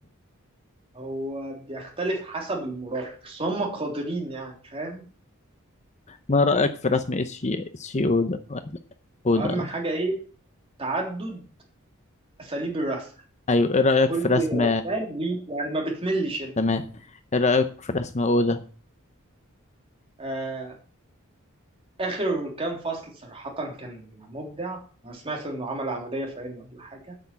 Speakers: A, on the right (about 25°); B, on the left (about 35°).
A: هو بيختلف حسب المراد بس هم قادرين يعني فاهم
B: ما رأيك في رسم اتشي اتشي اودا ولا اودا
A: وأهم
B: قصدي.
A: حاجة إيه تعدد أساليب الرسم
B: ايوه ايه رأيك
A: كل
B: في رسم
A: فاهم ليه يعني ما بتملش أنت
B: تمام ايه رأيك في رسم اودا
A: آه آخر كام فصل صراحة كان مبدع أنا سمعت إنه عمل عملية في عينه ولا حاجة